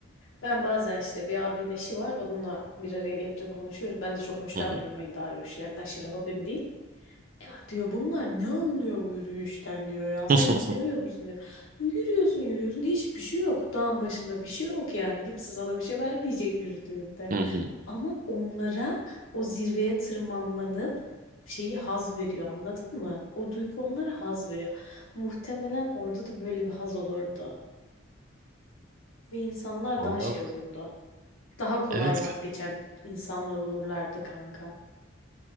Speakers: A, on the left; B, on the right.
A: Ben bazen işte bir abinin eşi var onunla bir araya gelince konuşuyoruz. Ben de çok hoşlanmıyorum
B: hı hı.
A: öyle dağ yürüyüşlerinden. Aşırı hobim değil. Ya diyor bunlar ne anlıyor bu yürüyüşten diyor ya. Sen
B: <laughs> Hı
A: de
B: hı.
A: seviyor musun diyor. Yürüyorsun yürüyorsun hiçbir şey yok. Dağın başında bir şey yok yani. Kimse sana bir şey vermeyecek yürüdüğünde.
B: Hı hı.
A: Ama onlara o zirveye tırmanmanın şeyi haz veriyor anladın mı? O duygu onlara haz veriyor. Muhtemelen orada da böyle bir haz olurdu. Ve insanlar
B: Valla
A: daha şey olurdu. Daha kolay
B: evet
A: vazgeçen insanlar olurlardı kanka.